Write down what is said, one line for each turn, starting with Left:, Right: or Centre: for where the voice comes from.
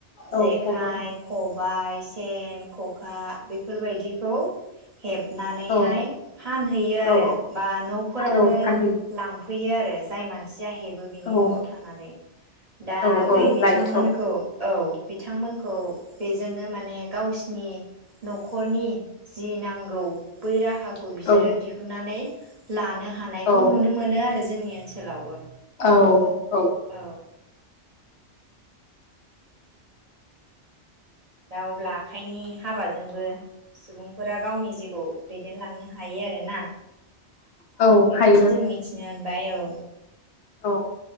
Left: औ
Right: जेखाइ
Left: हमो
Right: खबाय सेन खखा बेफोरबायदिखौ हेब नानैहाय
Left: औ
Right: फानहैयो आरो
Left: औ
Right: बा नफोरावनो
Left: औ फानहैयो
Right: लांफै फैयो आरो जाय मानसि जाय हेबो बिनि
Left: औ
Right: नआव थांनानै दा
Left: औ औ
Right: बै बिथांमोनखौ
Left: लायथ' औ
Right: औ। बिथांमोन खौ बेजोंनो माने गावसिनि नखरनि जि नांगौ। बै राहाखौ बिसोरो
Left: औ
Right: दिहुननानै लानो हानायखौ
Left: औ
Right: नुनो मोनो आरो जोंनि ओनसोलावबो,
Left: औ
Right: औ दा अब्ला आखाइनि हाबाजोंबो सुबुंफोरा गावनि जि दैदेनलांनो हायो आरोना
Left: औ
Right: बेखौ
Left: हायो
Right: जों मिथिनो बाय औ
Left: औ